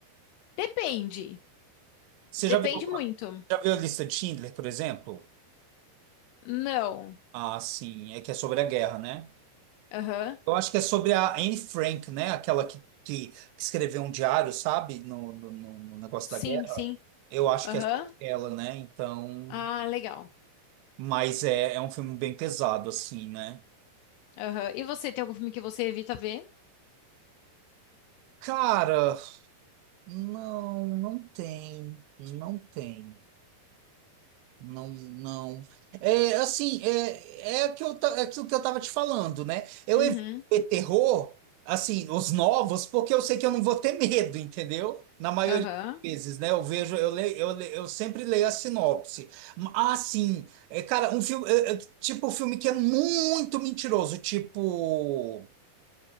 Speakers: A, on the left; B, on the right.
A: Depende.
B: Você
A: Depende
B: já viu,
A: muito.
B: já viu a lista de Schindler, por exemplo?
A: Não.
B: Ah, sim, é que é sobre a guerra, né?
A: Aham.
B: Eu acho que é sobre a Anne Frank, né? Aquela que, que, que escreveu um diário, sabe? No, no, no- no negócio
A: Sim,
B: da guerra.
A: sim.
B: Eu acho
A: Aham.
B: que é sobre ela, né? Então.
A: Ah, legal.
B: Mas é, é um filme bem pesado, assim, né?
A: Aham. E você, tem algum filme que você evita ver?
B: Cara, não, não tem. Não tem. Não, não. É assim, é, é, o que eu, ta- é aquilo que eu tava te falando, né? Eu
A: Uhum.
B: evito ter terror, assim, os novos, porque eu sei que eu não vou ter medo, entendeu? Na maioria
A: Aham.
B: das vezes, né? Eu vejo, eu leio, eu, le- eu sempre leio a sinopse. Ah, sim, é, cara, um filme, é, é, tipo, um filme que é muito mentiroso, tipo,